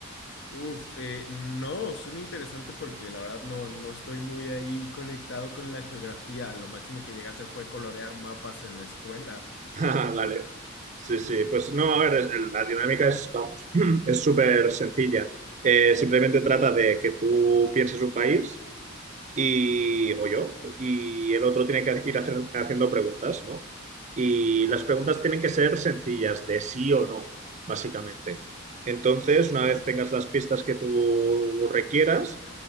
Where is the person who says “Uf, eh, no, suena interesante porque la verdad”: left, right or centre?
Left